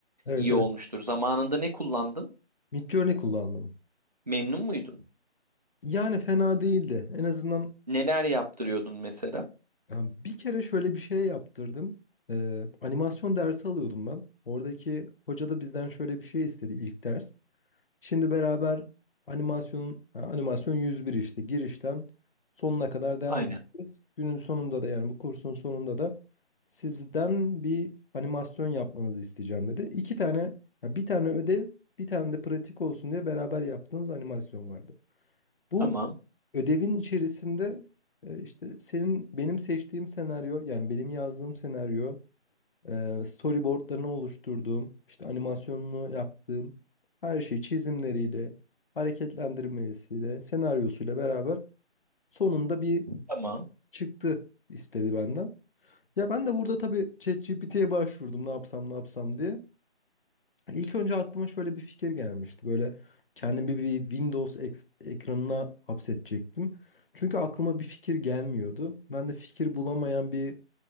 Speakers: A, on the left; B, on the right.
A: Evet
B: iyi
A: evet.
B: olmuştur. Zamanında ne kullandın?
A: Midjourney kullandım.
B: Memnun muydun?
A: Yani fena değildi. En azından
B: Neler yaptırıyordun mesela?
A: yani bir kere şöyle bir şey yaptırdım. Ee, animasyon dersi alıyordum ben. Oradaki hoca da bizden şöyle bir şey istedi ilk ders. Şimdi beraber animasyonun ha, animasyon 101 işte girişten sonuna kadar devam
B: Aynen.
A: ediyoruz. Günün sonunda da yani bu kursun sonunda da sizden bir animasyon yapmanızı isteyeceğim dedi. İki tane ya bir tane ödev, bir tane de pratik olsun diye beraber yaptığımız animasyon vardı. Bu
B: Tamam.
A: ödevin içerisinde e, işte senin benim seçtiğim senaryo yani benim yazdığım senaryo e, storyboardlarını oluşturduğum işte animasyonunu yaptığım her şey çizimleriyle hareketlendirmesiyle senaryosuyla beraber sonunda bir
B: Tamam.
A: çıktı istedi benden. Ya ben de burada tabii ChatGPT'ye ye başvurdum ne yapsam ne yapsam diye. İlk önce aklıma şöyle bir fikir gelmişti. Böyle kendimi bir Windows eks- ekranına hapsedecektim. Çünkü aklıma bir fikir gelmiyordu. Ben de fikir bulamayan bir